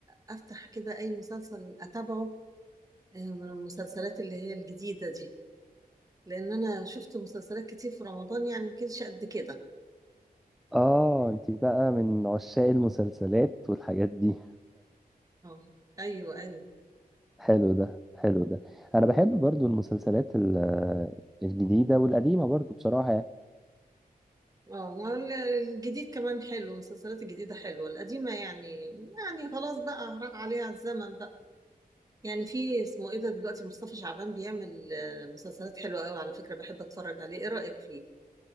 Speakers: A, on the right; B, in the centre.
A: افتح كده اي مسلسل اتابعه آه من المسلسلات اللي هي الجديده دي لان انا شفت مسلسلات كتير في رمضان يعني ما كانتش قد كده
B: اه انتي بقى من عشاق المسلسلات والحاجات دي
A: اه ايوه ايوه
B: حلو ده حلو ده أنا بحب برضو المسلسلات ال- الجديدة والقديمة برضو بصراحة يعني.
A: اه وال- الجديد كمان حلو المسلسلات الجديده حلوه القديمه يعني يعني خلاص بقى راح عليها الزمن بقى يعني في اسمه ايه ده دلوقتي مصطفى شعبان بيعمل آه، مسلسلات حلوة قوي على فكرة بحب اتفرج عليه ايه رأيك فيه